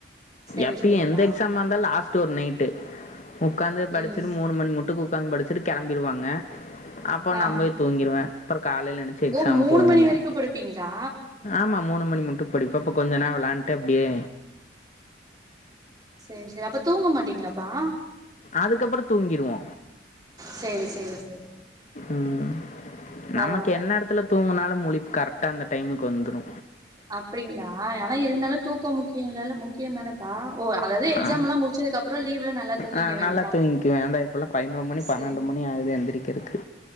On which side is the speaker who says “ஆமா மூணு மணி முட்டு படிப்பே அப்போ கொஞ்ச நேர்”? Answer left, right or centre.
Left